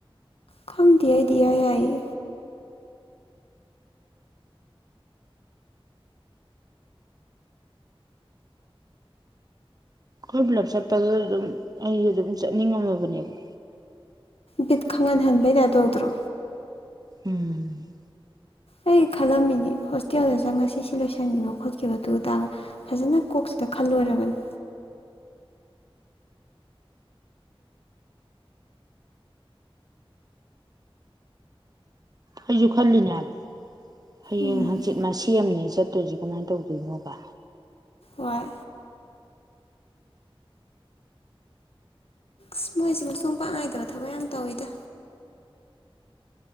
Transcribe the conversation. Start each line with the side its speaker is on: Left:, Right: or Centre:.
Left: ꯈꯪꯗꯦ ꯑꯩꯗꯤ ꯏꯌꯥ ꯌꯥꯌꯦ
Right: ꯀꯣꯏꯕ ꯆꯠꯄꯗꯨ ꯑꯗꯨꯝ ꯑꯩ ꯑꯗꯨꯝ ꯆꯠꯅꯤꯡꯉꯝꯃꯕꯅꯦꯕ
Left: ꯕꯤꯠ ꯈꯡꯍꯟꯍꯟꯕꯩ ꯌꯥꯗꯧꯗ꯭ꯔꯣ
Right: ꯎꯝ
Left: ꯑꯩ ꯈꯜꯂꯝꯃꯤꯅꯤ ꯍꯣꯁꯇꯦꯜꯗꯨꯗ ꯉꯁꯤ ꯁꯤ ꯂꯣꯏꯁꯤꯟꯈꯤꯕ ꯈꯡꯠꯈꯤꯕꯗꯨꯗꯥ ꯐꯖꯅ ꯀꯣꯛ ꯈꯜꯂꯣꯏꯔꯕꯅꯤ
Right: ꯑꯩꯁꯨ ꯈꯜꯂꯤꯅꯦꯕ ꯍꯌꯦꯡ
Left: ꯎꯝ
Right: ꯍꯡꯆꯤꯠ ꯃꯥ ꯁꯦꯝꯅꯦꯁꯨ ꯆꯠꯇꯣꯏꯔꯤꯁꯤ ꯀꯃꯥꯏꯅ ꯇꯧꯗꯣꯏꯅꯣꯒ
Left: ꯋꯥꯏ ꯁ ꯃꯣꯏꯁꯦ ꯃꯆꯣꯡ ꯄꯥꯛ ꯉꯥꯏꯗꯕ ꯊꯕꯛ ꯌꯥꯝ ꯇꯧꯋꯤꯗ